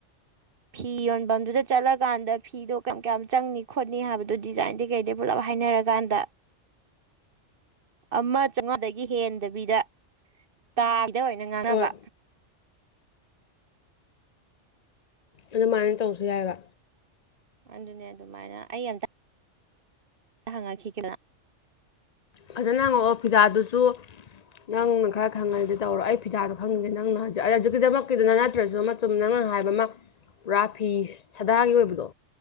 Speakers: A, on the right (about 50°); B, on the left (about 50°).
A: ꯐꯤ ꯌꯣꯟꯐꯝꯗꯨꯗ ꯆꯠꯂꯀꯥꯟꯗ ꯐꯤꯗꯣ ꯀꯌꯥꯝ ꯀꯌꯥꯝ ꯆꯪꯅꯤ ꯈꯣꯠꯅꯤ ꯍꯥꯏꯕꯗꯣ ꯗꯤꯖꯥꯏꯟꯗꯤ ꯀꯩꯗꯩ ꯄꯨꯂꯞ ꯍꯥꯏꯅꯔꯀꯥꯟꯗ ꯑꯃ ꯆꯧꯉꯥꯗꯒꯤ ꯍꯦꯟꯗꯕꯤꯗ ꯗ ꯑꯣꯏꯅ ꯉꯥꯡꯉꯕ
B: ꯍꯣꯏ ꯑꯗꯨꯃꯥꯏꯅ ꯇꯧꯁꯤ ꯌꯥꯏꯕ
A: ꯑꯗꯨꯅꯦ ꯑꯗꯨꯃꯥꯏꯅ ꯑꯩ ꯑꯝꯇ ꯍꯪꯂꯛꯈꯤꯒꯦ ꯑꯝꯇ
B: ꯐꯖꯅ ꯍꯪꯉꯛꯑꯣ ꯐꯤꯗꯥꯗꯨꯁꯨ ꯅꯪꯅ ꯈꯔ ꯈꯪꯉꯒꯗꯤ ꯇꯧꯔꯣ ꯑꯩ ꯐꯤꯗꯥꯗꯣ ꯈꯪꯉꯗꯤ ꯅꯪꯅ ꯍꯧꯖꯤꯛ ꯍꯧꯖꯤꯛꯀꯤꯗꯃꯛꯀꯤꯗꯅ ꯅꯠꯇ꯭ꯔꯁꯨ ꯑꯁꯨꯝ ꯅꯪꯅ ꯍꯥꯏꯕ ꯑꯃ ꯄꯨꯔꯥ ꯐꯤ ꯁꯗꯥꯒꯤ ꯑꯣꯏꯕꯗꯣ